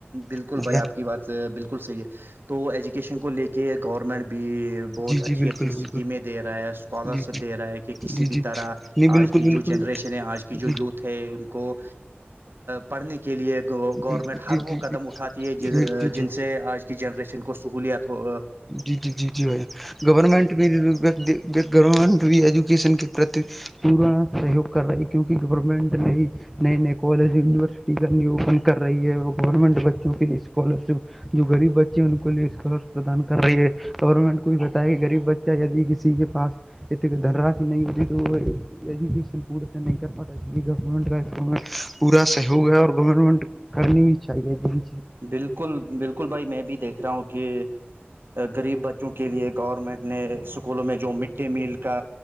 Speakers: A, on the right; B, in the centre.
A: بالکل
B: ہے
A: بھائی آپ کی بات بالکل صحیح ہے تو ایجوکیشن کو لے کے گورنمنٹ بھی بہت
B: جی جی
A: اچھی
B: بالکل
A: اچھی اسکیمیں
B: بالکل
A: دے رہا ہے اسکالرشپ
B: جی جی
A: دے رہا ہے کہ کسی
B: جی جی
A: بھی طرح
B: نہیں
A: آج
B: بالکل
A: کی
B: بالکل
A: جو جنریشن ہے آج کی جو
B: جی
A: یوتھ ہے ان کو پڑھنے کی کے لیے گورنمنٹ
B: جی جی
A: ہر
B: جی جی
A: وہ قدم اٹھاتی ہے
B: جی جی جی
A: جن سے آج کی جنریشن کو سہولیات ہو
B: جی جی جی جی بھائی گورنمنٹ بھی بیک گراؤنڈ بھی ایجوکیشن کے پرتی پورا سہیوگ کر رہی ہے کیونکہ گورمنٹ نے نئے نئے کالج یونیورسٹینی اوپن کر رہی ہے اور گورنمنٹ بچوں کے لیے اسکالر شپ جو ریب بچے ہیں ان کو لیے اسکالر پردان کر رہی ہے گورنمنٹ کو یہ بتایا کہ غریب بچے د کسی کے پاس اتنی دھنرش نہیں ہوتی تو وہ ایجوکیشن پورت نہیں کر پاتا اس لیے گورنمنٹ کا میں پورا سہیوگ ہے اور گورنمنٹ کرنے بھی جائگہ بھیہن
A: بالکل بالکل بھائی میں بھی دیکھ رہا ہوں کہ غریب بچوں کے لیے گورنمنٹ نے اسکولوں میں جو مڈ ڈے میل کا